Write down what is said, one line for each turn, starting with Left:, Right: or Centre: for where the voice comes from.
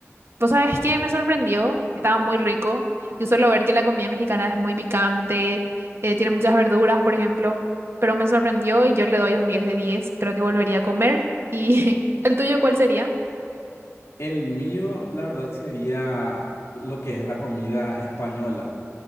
Right: Pues sabes que me sorprendió, estaba muy rico. Yo suelo ver que la comida mexicana es muy picante, eh, tiene muchas verduras, por ejemplo, pero me sorprendió y yo le doy un 10 de 10. Creo que volvería a comer. ¿Y <laughs> el tuyo cuál sería?
Left: El mío, la verdad, sería lo que es la comida española.